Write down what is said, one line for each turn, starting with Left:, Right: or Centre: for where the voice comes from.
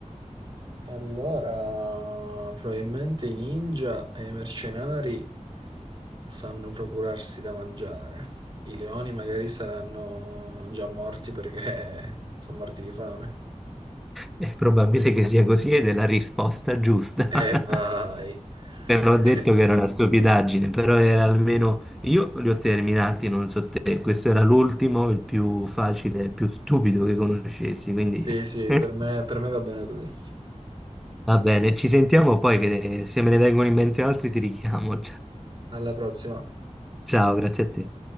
Right: E allora, probabilmente i ninja e i mercenari sanno procurarsi da mangiare. I leoni magari saranno già morti perché <laughs> sono morti di fame.
Centre: È probabile che sia così ed è la risposta giusta. <laughs>
Right: E vai.
Centre: Non ho detto
Right: Eh,
Centre: che era una stupidaggine, però era almeno... Io li ho terminati, non so te, questo era l'ultimo, il più facile, il più stupido che conoscessi, quindi...
Right: sì, sì,
Centre: <laughs>
Right: per me per me va bene così.
Centre: Va bene, ci sentiamo poi che se me ne vengono in mente altri ti richiamo.
Right: Alla prossima.
Centre: Ciao, grazie a te.